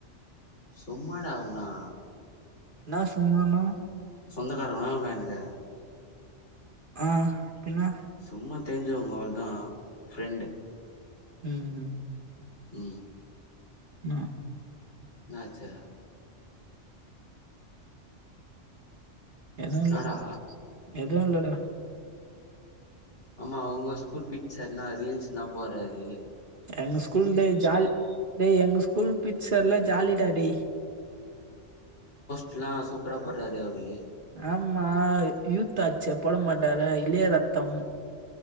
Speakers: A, on the left; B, on the right.
A: சும்மாட அவுங்களா
B: என்னா சும்மான்னா
A: சொந்தக்காரங்களா அவுங்க எனக்கு
B: ஆ பின்ன
A: சும்மா தெஞ்சவங்க அவ்ளோ தா ஃப்ரெண்டு
B: ம் ம்
A: ம்
B: ன
A: என்னாச்சு
B: எதுவு
A: என்னடா
B: இல்ல எதுவு இல்லடா
A: ஆமா அவங்க ஸ்கூல் பீ ட் சார் என்னா ரீல்ஸ்ல்லா போறாரு
B: எங்க ஸ்கூல் டே ஜாலி டேய் எங்க ஸ்கூல் பீ டி சார்லா ஜாலிடா டேய்
A: எல்லா சூப்பரா போட்றாரு அவரு
B: ஆமா யூத் ஆச்சே போட மாட்டாரா இளய ரத்தம்